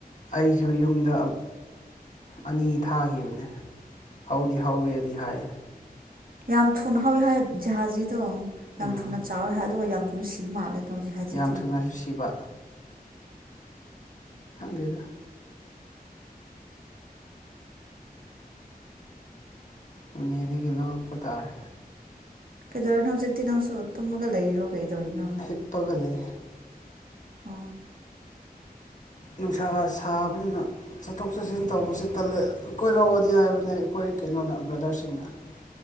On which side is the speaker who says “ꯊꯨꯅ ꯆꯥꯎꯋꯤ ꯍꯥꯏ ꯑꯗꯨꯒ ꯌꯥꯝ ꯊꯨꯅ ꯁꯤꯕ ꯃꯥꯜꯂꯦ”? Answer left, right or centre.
Right